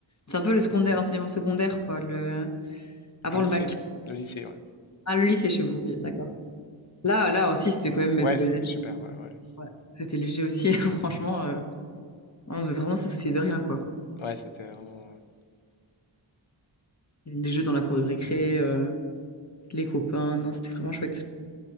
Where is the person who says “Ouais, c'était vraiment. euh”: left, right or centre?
Left